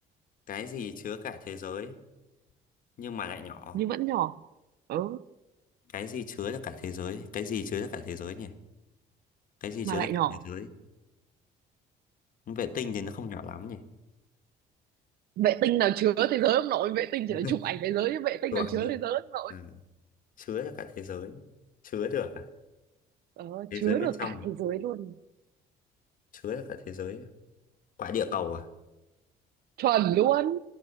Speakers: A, on the left; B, on the right.
A: cái gì chứa cả thế giới nhưng mà lại nhỏ
B: nhưng vẫn nhỏ ừ
A: cái gì chứa được cả thế giới cái gì chứa được cả thế giới nhỉ cái gì
B: mà
A: chứa
B: lại
A: ra cả
B: nhỏ
A: thế giới vệ tinh thì nó không nhỏ lắm nhỉ
B: vệ tinh nào chứa thế giới ông nội vệ tinh
A: <laughs>
B: chỉ là chụp ảnh thế giới chứ vệ tinh
A: Đoạn
B: nào chứa
A: rồi
B: thế giới ông nội
A: ừ. chứa ra cả thế giới chứa được à?
B: ờ,
A: thế
B: chứa
A: giới bên
B: được
A: trong
B: cả thế giới luôn
A: chứa ra cả thế giới à? quả địa cầu à
B: chuẩn luôn